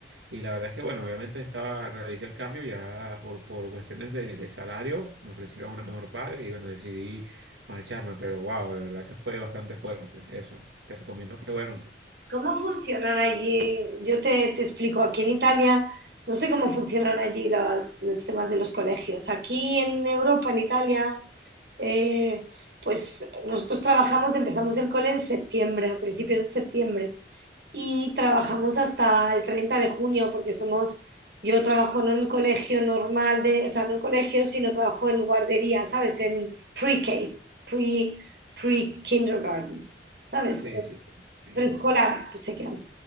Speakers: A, on the right; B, on the right.
A: Y la verdad es que, bueno, obviamente estaba, realicé el cambio ya por, por cuestiones de, de salario, me ofrecieron una mejor paga y bueno, decidí marcharme, pero wow, de verdad que fue bastante fuerte eso. Te recomiendo que, bueno, que-
B: ¿Cómo funcionan allí? Yo te, te explico, aquí en Italia no sé cómo funcionan allí las- los, temas de los colegios. Aquí en Europa, en Italia, eh, pues nosotros trabajamos, empezamos el cole en septiembre, a principios de septiembre, y trabajamos hasta el 30 de junio, porque somos, yo trabajo no en colegio normal, de, o sea, no en colegio, sino trabajo en guardería, ¿sabes? En pre-K, pre, pre-kindergarten, ¿sabes?
A: sí, sí, sí.
B: preescolar, pues se llama.